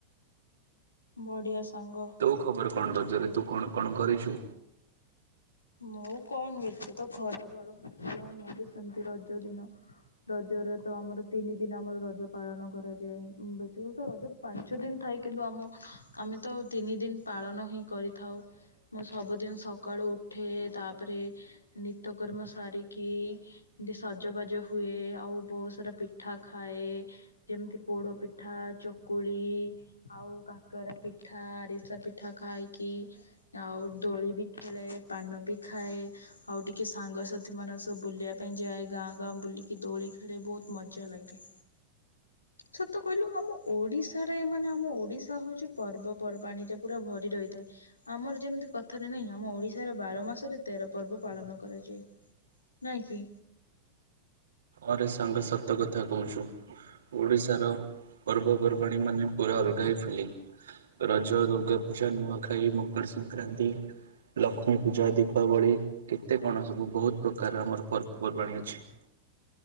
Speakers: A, on the left; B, on the right.
A: ବଢିଆ ସାଙ୍ଗ।
B: ତୁ ଖବର କଣ ରଜରେ ତୁ କଣ କଣ କରିଛୁ?
A: ମୁଁ କଣ ଏତେ ତ ଖରା ଗରମ ଥିଲା ମୁଁ ବି ସେମତି ରଜ ଦିନ ରଜରେ ତ ଆମର ତିନି ଦିନ ଆମର ରଜ ପାଳନ କରାଯାଏ ବେଶୀ ହଉତ ରଜ ପାଞ୍ଚ ଦିନ ଥାଏ କିନ୍ତୁ ଆମ ଆମେ ତ ତିନି ଦିନ ପାଳନ ହିଁ କରିଥାଉ। ମୁଁ ସବୁଦିନ ସକାଳୁ ଉଠେ ତାପରେ ନିତକର୍ମ ସାରିକି। ଏମତି ସଜବାଜ ହୁଏ ଆଉ ବହୁତ ସାରା ପିଠା ଖାଏ। ଯେମିତି ପୋଡ଼ପିଠା ଚକୁଳି ଆଉ କାକରା ପିଠା ଆରିସା ପିଠା ଖାଇକି? ଆଉ ଦୋଳି ବି ଖେଳେ ପାନ ବି ଖାଏ। ଆଉ ଟିକେ ସାଙ୍ଗସାଥି ମାନଙ୍କ ସବୁ ବୁଲିବା ପାଇଁ ଯାଏ ଗାଁ ଗାଁ ବୁଲିକି ଦୋଳି ଖେଳେ ବହୁତ ମଜା ଲାଗେ। ସତ କହିଲୁ ଆମ ଓଡିଶାରେ ମାନେ ଆମ ଓଡିଶା ହଉଛି ପର୍ବପର୍ବାଣିୀରେ ପୁରା ଭରି ରହିଥାଏ। ଆମର ଯେମିତି କଥାରେ ନାହିଁ ଆମ ଓଡିଶା ଏହାର ବାର ମାସରେ ତେର ପର୍ବ ପାଳନ କରାଯାଏ ନାଇଁ କି?
B: ଆରେ ସାଙ୍ଗ ସତ କଥା କହୁଛୁ। ଓଡ଼ିଶାର ପର୍ବପର୍ବାଣି ମାନେ ପୁରା ଅଲଗା ହିଁ ଫିଲିଙ୍ଗ। ରଜ, ଦୁର୍ଗା ପୂଜା, ନୁଆଁ ଖାଇ, ମକର ସଂକ୍ରାନ୍ତି, ଲକ୍ଷ୍ମୀ ପୂଜା, ଦୀପାବଳି, କେତେ କ'ଣ ସବୁ ବହୁତ ପ୍ରକାର ଆମର ପର୍ବପର୍ବାଣି ଅଛି।